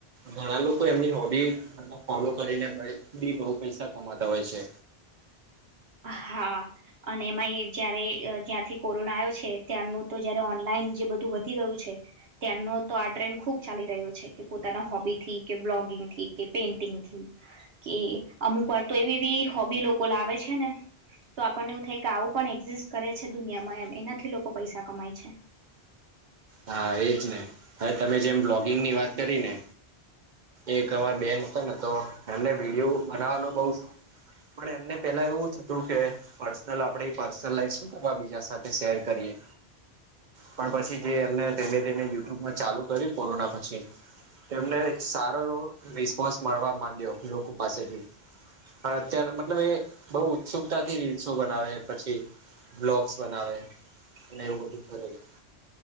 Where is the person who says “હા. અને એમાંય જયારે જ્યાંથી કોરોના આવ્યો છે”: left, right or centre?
Right